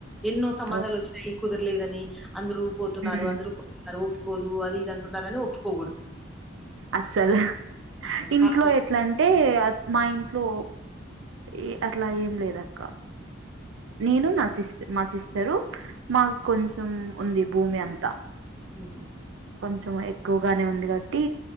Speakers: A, in the centre; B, on the right.
A: ఎన్నో సంబంధాలు
B: ఓ
A: వచ్చినాయ్ కుదురలేదని అందరు పోతున్నారు
B: ఉమ్
A: అందరు పోతున్నరు పోదు అది ఇది అంటున్నారని ఒప్పుకోకూడదు
B: అస్సలు, ఇంట్లో
A: కాదు
B: ఎట్లంటే మా ఇంట్లో ఏ అట్లా ఏం లేదక్క నేను నా సిస్ట్ మా సిస్ చరు, మాకు కొంచెం ఉంది భూమి అంతా
A: ఊహు
B: కొంచెం ఎక్కువగానే ఉంది కాబట్టి